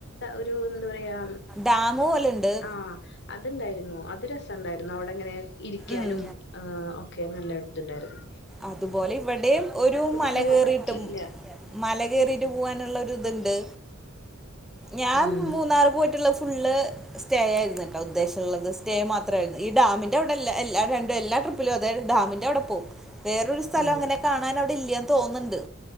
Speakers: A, on the left; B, in the centre.
A: ഒരു എന്താ പറയാ
B: ഡാമ് പോലെണ്ട്
A: ആഹ് അതുണ്ടായിരുന്നു അത് രസവുണ്ടായിരുന്നു അവിടെങ്ങനെ ഇരിക്കാനും
B: ഉം
A: ആഹ് ഒക്കെ നല്ലായിട്ടുണ്ടായിരുന്നു
B: അതുപോലെ ഇവിടെയും ഒരു മല
A: പോവാൻ
B: കേറിയിട്ടും
A: പറ്റിയില്ല
B: മലകേറിയിട്ട് പോവാനുള്ള ഒരിതുണ്ട് ഞാൻ
A: ഉം
B: മൂന്നാറ് പോയിട്ടുള്ള സ് ഫുള്ള് സ്റ്റേ ആയിരുന്നു കേട്ടോ ഉദ്ദേശൊള്ളത് സ്റ്റേ മാ മാത്ര ഈ ഡാമിന്റെ അവിടെ എല്ല എല്ലാ രണ്ടും എല്ലാ ട്രിപ്പിലും അതായത് ഡാമിന്റവിടെ പോവും വേറൊരു സ്ഥലം
A: ഉം
B: അങ്ങനെ കാണാനവിടെ ഇല്യാന്ന് തോന്നുൻണ്ട്